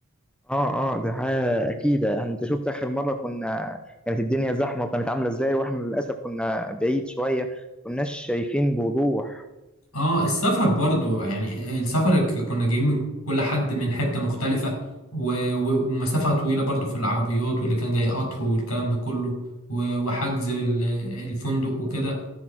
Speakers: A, in the centre; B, on the left.
A: اه اه دي حاجة أكيد يعني أنت شفت آخر مرة كنا كانت الدنيا زحمة وكانت عاملة إزاي وإحنا للأسف كنا بعيد شوية كناش شايفين بوضوح
B: اه السفر برضو يعني السفر ك- كنا جايين من كل حد من حتة مختلفة و... و... ومسافة طويلة برضو في العربيات واللي كان جاي قطر والكلام ده كله و... وحجز ال- الفندق وكده